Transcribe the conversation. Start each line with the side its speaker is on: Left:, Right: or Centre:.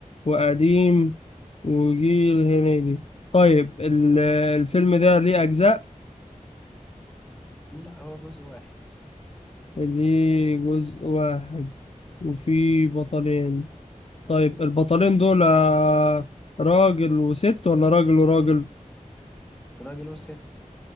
Left: وقديم وجيل هنيدي طيب ال- الفيلم ده ليه أجزاء
Centre: لا هو جزء واحد
Left: ليه جزء واحد وفيه بطلين طيب البطلين دول آه، راجل وست ولا راجل وراجل
Centre: راجل وست